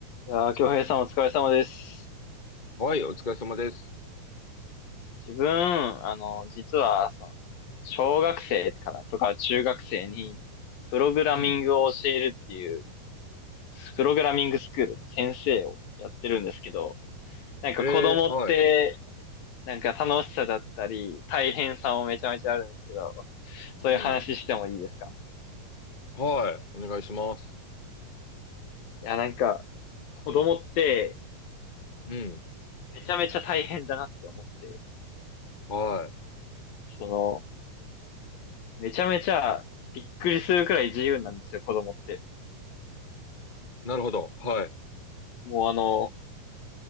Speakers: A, on the left (about 90°); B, on the left (about 30°).
A: いやー、京平さんお疲れ様です。
B: はい、お疲れ様です。
A: 自分、あの、実は、その小学生からとか中学生に、プログラミングを教えるっていう、
B: うん。
A: プログラミングスクールの先生をやってるんですけど、なんか子供って、
B: えー、はい。
A: なんか楽しさだったり、大変さもめちゃめちゃあるんですけど、そういう話してもいいですか
B: うん。はい。お願いします。
A: いや、なんか、子供って、
B: うん。
A: めちゃめちゃ大変だなって思って、
B: は
A: その、めちゃめちゃびっくりするくらい自由なんですよ、子供って。
B: い。なるほど。はい。
A: もうあの、